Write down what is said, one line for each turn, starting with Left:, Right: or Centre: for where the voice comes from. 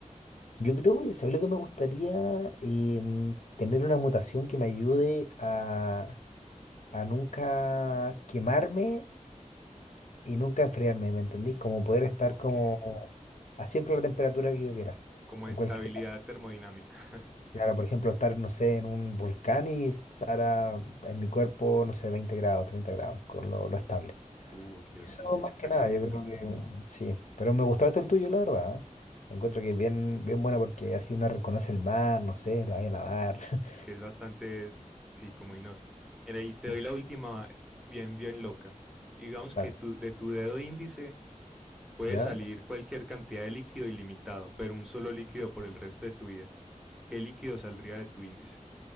Left: Yo creo que, ¿sabes lo que me gustaría? Em, tener una mutación que me ayude a a nunca quemarme y nunca enfriarme, ¿me entendís? Como poder estar
Centre: O
Left: como
Centre: qué...
Left: a siempre la temperatura que yo quiera.
Centre: Como
Left: En
Centre: estabilidad
Left: cualquier,
Centre: termodinámica. <laughs>
Left: claro, por ejemplo, estar, no sé, en un volcán y estar a- en mi cuerpo, no sé, 20 grados, 30 grados, con lo, lo estable.
Centre: Uh, ok,
Left: Y
Centre: ok.
Left: eso
Centre: Estaría
Left: más que nada,
Centre: interesante.
Left: yo creo que sí. Pero me gustó esto el tuyo, la verdad. ¿eh? Encuentro que es bien, bien buena porque así uno reconoce el mar, no sé, te vaya a nadar. <laughs>
Centre: que es bastante, sí, como inhóspito. Mira, y te
Left: Sí,
Centre: doy
Left: sí,
Centre: la última bien, bien loca. Digamos
Left: dale.
Centre: que tu, de tu dedo índice puede
Left: ¿Ya?
Centre: salir cualquier cantidad de líquido ilimitado, pero un solo líquido por el resto de tu vida. ¿Qué líquido saldría de tu índice?